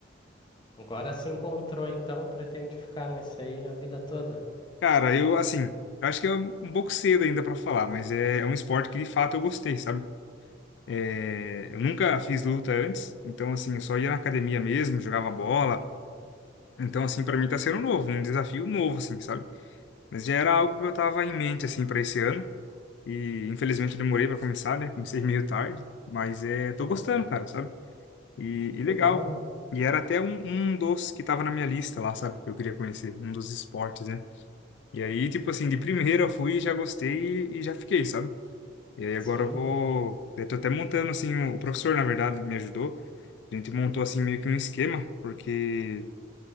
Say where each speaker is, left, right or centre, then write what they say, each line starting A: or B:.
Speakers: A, on the left; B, on the left.
A: agora se encontrou, então, pretende ficar nesse aí a vida toda?
B: Cara, eu, assim, acho que é um um pouco cedo ainda pra falar, mas é, é um esporte que de fato eu gostei, sabe? É, eu nunca fiz luta antes, então, assim, eu só ia na academia mesmo, jogava bola. Então, assim, pra mim tá sendo novo, um desafio novo, assim, sabe? Mas já era algo que eu tava em mente, assim, pra esse ano. E infelizmente eu demorei pra começar, né? Comecei <laughs> meio tarde, mas é, tô
A: Aham.
B: gostando, cara, sabe? E, e
A: Legal,
B: legal.
A: mano.
B: E era até um, um dos que tava na minha lista lá, sabe? Que eu queria conhecer, um dos esportes, né? E aí, tipo assim, de primeira eu fui, já gostei e, e já fiquei, sabe? E aí agora
A: Sim.
B: eu vou. Eu tô até montando, assim, o professor, na verdade, me ajudou. A gente montou, assim, meio que um esquema, porque